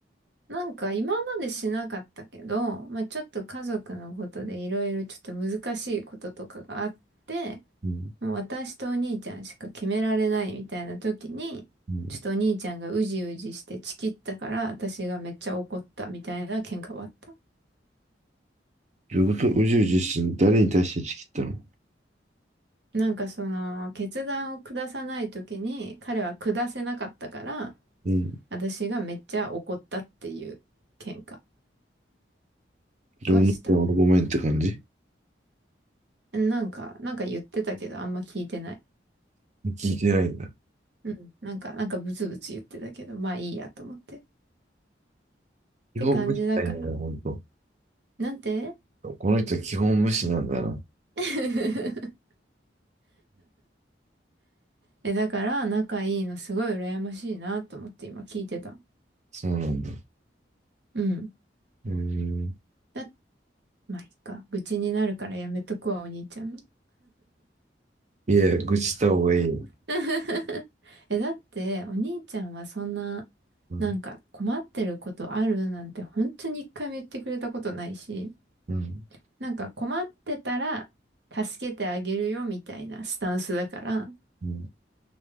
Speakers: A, on the right; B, on the right.
A: なんか今までしなかったけど、まあちょっと家族のことでいろいろちょっと難しいこととかがあって、
B: うん。
A: もう私とお兄ちゃんしか決められないみたいな時に、
B: うん
A: ちょっとお兄ちゃんがうじうじしてチキったから私がめっちゃ怒ったみたいな喧嘩はあった。
B: どういうこと宇宙自身、誰に対して打ち切ったの
A: なんかその決断を下さない時に彼は下せなかったから、
B: うん。
A: 私がめっちゃ怒ったっていう喧嘩
B: 情熱はごめんって感じ
A: はした。なんか、なんか言ってたけど、あんま聞いてない。
B: 聞いてないんだ。
A: うん。なんか、なんかブツブツ言ってたけど、まあいいやと思って。っ
B: 基本無視なんだよねほんと。
A: て感じだから。なんて
B: この人は基本無視なんだな。
A: <laughs> え、だから、仲いいのすごい羨ましいなと思って今聞いてた。
B: そうなんだ。
A: うん。
B: うーん。
A: だ、まあいいか。愚痴になるからやめとくわ、お兄ちゃんの。
B: いや、愚痴した方がいいよ。
A: <laughs> え、だって、お兄ちゃんはそんな、
B: うん。
A: なんか困ってることあるなんて本当に一回も言ってくれたことないし、
B: うん。
A: なんか困ってたら助けてあげるよみたいなスタンスだから、
B: うん。